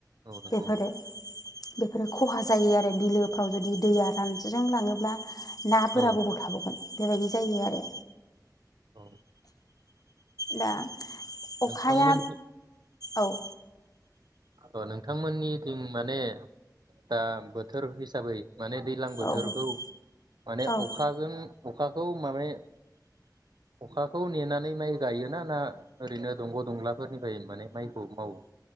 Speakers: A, on the right; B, on the left.
A: औ नंगौ
B: बेफोरो बेफोरो खहा जायो आरो बिलो फाव जुदि दैया रानज्रिं लाङोब्ला नाफोरा
A: औ
B: बबाव थाबावगोन बेबायदि जायो आरो।
A: औ
B: दा अखाया
A: नोंथांमोन
B: औ <unintelligible>
A: अ नोंथांमोननिथिं माने दा बोथोर हिसाबै माने दैलां बोथोरखौ
B: औ औ
A: माने
B: औ
A: अखाजों अखाखौ मा <unintelligible> अखाखौ नेनानै माइ गायोना ना ओरैनो दंग' दंलाफोरनिफ्राय माने माइखौ मावो।